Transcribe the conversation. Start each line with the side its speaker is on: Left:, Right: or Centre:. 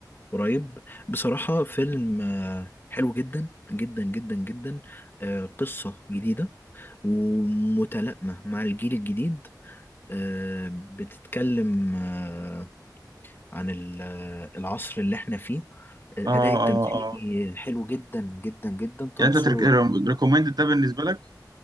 Left: قريب بصراحة فيلم آه، حلو جدا جدا جدا جدا آه، قصة جديدة ومتلائمة مع الجيل الجديد آه، بتتكلم آه، عن ال- آه، العصر اللي احنا فيه الأداء
Right: اه
Left: التمثيلي
Right: اه آه.
Left: حلو جدا جدا جدا طه
Right: يعني
Left: دسوقي
Right: انت
Left: وعمر
Right: ريكومندد ده بالنسبه لك